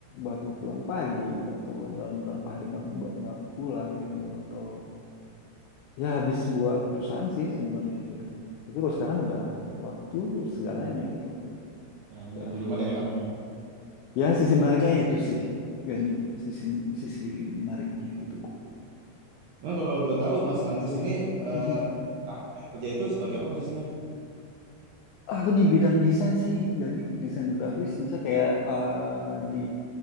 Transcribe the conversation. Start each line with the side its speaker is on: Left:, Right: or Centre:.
Left: bakal pulang pagi atau dalam berapa hari nggak nggak pulang gitu atau ya habis buat perusahaan sih sebenarnya gitu. Tapi kalau sekarang udah waktu segalanya gitu.
Right: Nah,
Left: Udah
Right: jadi di
Left: habis.
Right: rumah udah enak.
Left: Ya sisi menariknya itu sih. Gani, sisi sisi menariknya gitu.
Right: Emang kalau boleh tahu Mas Hanses ini eh,
Left: Mhm.
Right: kerja itu sebagai apa posisinya?
Left: Aku di bidang desain sih, Gani, desain grafis. Misal kayak eh, di